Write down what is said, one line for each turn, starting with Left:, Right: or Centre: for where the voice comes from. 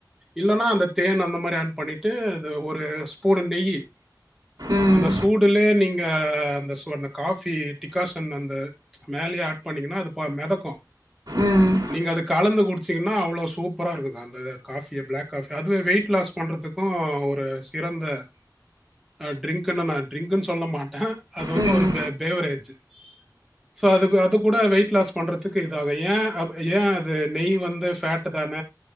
Centre: இல்லன்னா அந்த தேன் அந்த மாரி ஆட் பண்ணிட்டு அது ஒரு ஸ்பூனு நெய்யி
Right: ம்
Centre: அந்த சூடுலேயே நீங்க அந்த சூ அந்த காஃபி டிக்காசன் அந்த மேலேயே ஆட் பண்ணிங்கன்னா அது பா மெதக்கூ
Right: ம்
Centre: நீங்க அது கலந்து குடிச்சிங்கன்னா அவ்ளோ சூப்பரா இருக்குக்கா அந்த காஃபிய பிளாக் காஃபி அதுவே வெயிட் லாஸ் பண்ணுறதுக்கூ ஒரு சிறந்த அ ட்ரிங்க்ன நா ட்ரிங்க்குன்னு சொல்ல மாட்டே அது வந்து
Right: ம்
Centre: ஒரு பேவரேஜு ஸோ அதுக்கு அது கூட வெயிட் லாஸ் பண்றதுக் க்கு இதாகு ஏன் அ ஏன் அது நெய் வந்து ஃபேட் தான